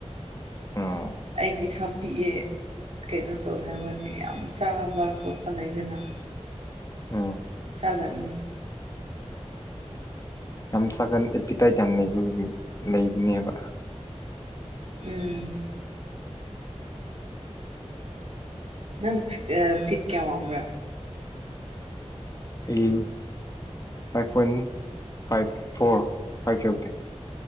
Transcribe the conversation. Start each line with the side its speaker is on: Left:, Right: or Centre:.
Left: ꯎꯝ
Right: ꯑꯩꯒꯤ ꯁꯥ ꯄꯤꯛꯑꯦ ꯀꯩꯅꯣ ꯇꯧꯋꯦ ꯍꯥꯏꯕꯅꯤ ꯌꯥꯝ ꯆꯥꯕ ꯈꯣꯠꯄ ꯂꯩꯗꯅ
Left: ꯎꯝ
Right: ꯆꯒꯅꯤ
Left: ꯌꯥꯝ ꯁꯥꯒꯟ ꯑꯦꯄꯤꯇꯥꯏꯠ ꯌꯥꯝ ꯂꯩꯕꯒꯤ ꯂꯩꯕꯅꯦꯕ
Right: ꯎꯝ ꯅꯪ ꯐꯤꯠ ꯀꯌꯥ ꯋꯥꯡꯕ꯭ꯔ
Left: ꯎꯝ five point five four five ꯌꯧꯗꯦ